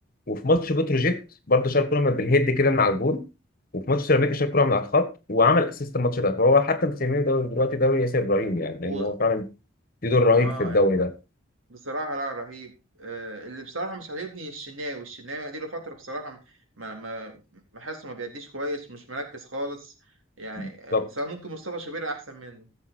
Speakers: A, on the left; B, on the right.
A: وفي ماتش بتروجيت برضه شال كرة من بالهيد كده من على الجون وفي ماتش سيراميكا شال كوره من على الخط وعمل اسيست الماتش ده فهو حتى مسميه دوري- دلوقتي دوري ياسر ابراهيم يعني
B: و... و...
A: لان هو فعلا ليه دور رهيب
B: اه
A: في الدوري ده
B: بصراحه لا رهيب آه اللي بصراحه مش عاجبني الشناوي الشناوي اديله فتره بصراحه ما ما بحسه ما بيأديش كويس مش مركز خالص يعني
A: بالظبط
B: آه، بصراحه ممكن مصطفى شوبير احسن منه